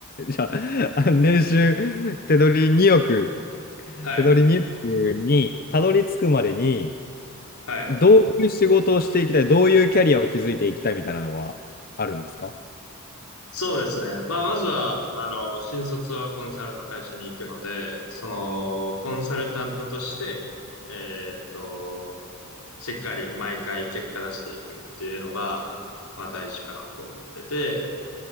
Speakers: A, on the left (about 40°); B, on the left (about 80°).
A: じゃあ、あ年収、手取り2億、
B: はい。
A: 手取り2億にたどり着くまでに、
B: はい。
A: どういう仕事をしていきたい、どういうキャリアを築いていきたいみたいなのはあるんですか
B: そうですね。まあ、まずは、あの、新卒はコンサルの会社に行くので、その、コンサルタントとして、えっと、しっかり毎回結果出していくっていうのが、まあ大事かなと思ってて、